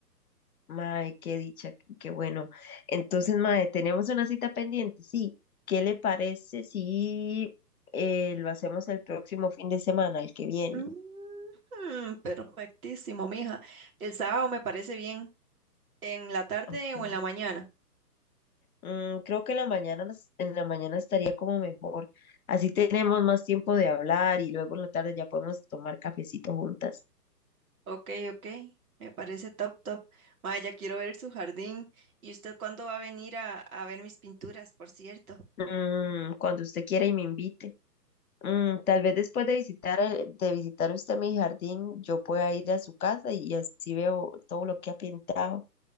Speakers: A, on the left (about 60°); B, on the right (about 55°).
A: Mae, qué dicha, qué bueno. Entonces, mae, tenemos una cita pendiente, sí. ¿Qué le parece si eh, lo hacemos el próximo fin de semana, el que viene?
B: Ujú, perfectísimo, mija. El sábado me parece bien. ¿En la tarde
A: Okay.
B: o en la mañana?
A: Mm, creo que en la mañana, nos- en la mañana estaría como mejor. Así tenemos más tiempo de hablar y luego en la tarde ya podemos tomar cafecito juntas.
B: Ok, ok. Me parece top, top. Mae, ya quiero ver su jardín. ¿Y usted cuándo va a venir a, a ver mis pinturas, por cierto?
A: Mm, cuando usted quiera y me invite. Mm, tal vez después de visitar el- de visitar usted mi jardín, yo pueda ir a su casa y así veo todo lo que ha pintado.